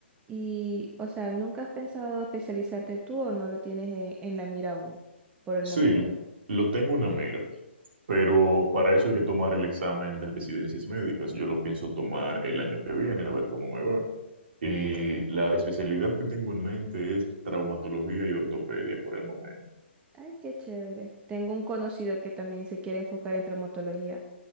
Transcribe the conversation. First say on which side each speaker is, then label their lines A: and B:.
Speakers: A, on the right (about 15°); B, on the right (about 60°).
A: Y, o sea, ¿nunca has pensado especializarte tú o no lo tienes en, en la mira aún por el
B: Sí,
A: momento?
B: lo tengo en la mira, pero para eso hay que tomar el examen de residencias médicas. Yo lo pienso tomar el año que viene, a ver cómo me va. Y la especialidad que tengo en mente es traumatología y ortopedia por el momento.
A: Ay, qué chévere. Tengo un conocido que también se quiere enfocar en traumatología